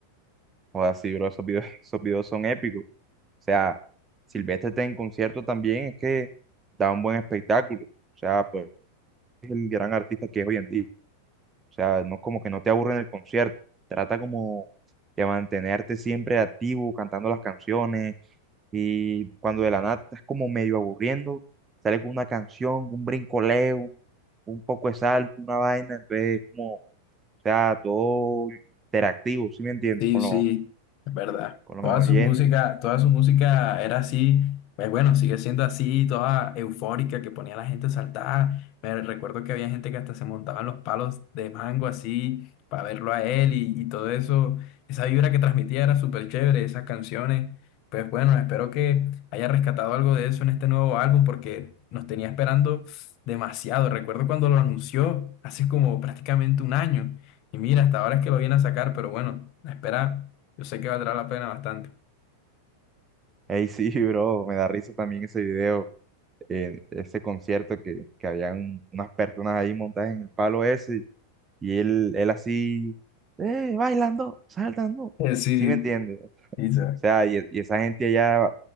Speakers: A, on the right (about 20°); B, on the left (about 40°).
A: Joda, sí, bro, esos videos, <laughs> esos videos son épicos. O sea, Silvestre está en concierto también, es que da un buen espectáculo. O sea, pues es el gran artista que es hoy en día. O sea, no como que no te aburre en el concierto. Trata como de mantenerte siempre activo, cantando las canciones. Y cuando de la nada estás como medio aburriendo, sale con una canción, un brincoleo, un, un poco de salto, una vaina. Entonces, como, o sea, todo interactivo, ¿sí me entiendes?
B: Sí,
A: Con
B: sí,
A: los,
B: es verdad.
A: con
B: Toda
A: los oyentes.
B: su música, toda su música era así, pues bueno, sigue siendo así, toda eufórica, que ponía a la gente a saltar. Me recuerdo que había gente que hasta se montaba en los palos de mango así, para verlo a él y, y todo eso. Esa vibra que transmitía era súper chévere, esas canciones. Pues bueno, espero que haya rescatado algo de eso en este nuevo álbum, porque nos tenía esperando demasiado. Recuerdo cuando lo anunció, hace como prácticamente un año. Y mira, hasta ahora es que lo viene a sacar, pero bueno, la espera, yo sé que valdrá la pena bastante.
A: Ey, sí, <laughs> bro, me da risa también ese video. en ese concierto que, que habían unas personas ahí montadas en el palo ese y él, él así, eh, bailando, saltando,
B: Eh, Sí,
A: ¿sí me entiendes? O
B: sí, sí.
A: sea, y, y esa gente allá